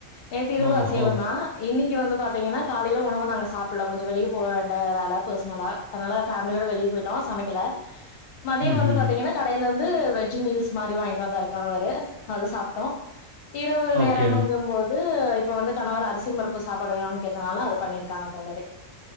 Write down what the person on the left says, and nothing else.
நேத்து இரவு
அசைவந்தா
இன்னை க்கு வந்து பாத்தீங்கன்னா காலையில உணவ நாங்க சாப்பிடல கொஞ்சோ வெளிய போ வேண்ட வேல பர்சனலா அதனால ஃபேமிலியோட வெளிய போயிட்டோ சமைக்கல மதியோ
வந்து
பாத்தீங்கன்னா
கடையில இருந்து வெஜ் மீல்ஸ் மாரி வாங்கிட்டு வந்தாரு கணவரு அது சாப்பிட்டோ இரவு
நேரம்ங்கும்போது இப்போ வந்து கணவரு அரிசியும் பருப்பு சாப்பாடு வேணுனு கேட்டனால அது பண்ணிருக்காங்க தோழரே